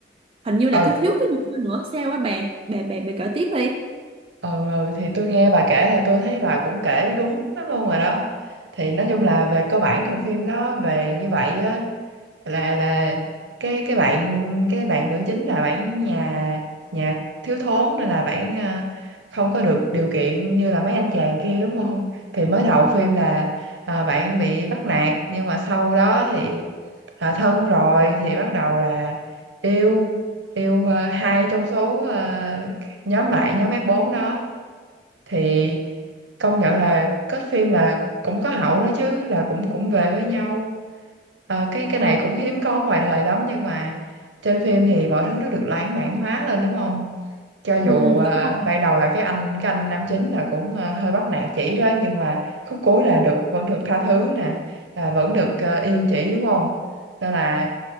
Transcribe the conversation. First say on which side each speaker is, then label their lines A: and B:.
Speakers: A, on the right (about 30°); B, on the right (about 80°).
A: hình như là
B: ừ
A: thiếu thiếu cái gì đó nữa sao á bà bà bà bà kể tiếp đi
B: Ừ, ừ thì tôi nghe bà kể là tôi thấy bà cũng kể đúng lắm luôn rồi đó thì nói
A: Ừ.
B: chung là về cơ bản thì phim đó về như vậy á là là cái cái bạn cái bạn nữ chính là bạn nhà nhà thiếu thốn nên là bạn à, không có được điều kiện như là mấy anh chàng kia đúng không thì mới đầu phim là à, bạn bị bắt nạt nhưng mà sau đó thì à, thân rồi thì bắt đầu là yêu yêu à, hai trong số à, nhóm bạn nhóm f bốn đó thì công nhận là kết phim là cũng có hậu đó chứ là cũng cũng về với nhau Ờ, cái cái này
A: ừ,
B: cũng hiếm có ngoài đời lắm nhưng mà trên phim thì mọi thứ nó được lãng mạn hóa lên đúng không cho dù
A: ừ,
B: ờ,
A: đúng rồi.
B: ban đầu là cái anh cái anh nam chính là cũng ờ, hơi bắt nạt chị đó nhưng mà khúc cuối là được vẫn được tha thứ nè là vẫn được ờ, yêu chị đúng không nên là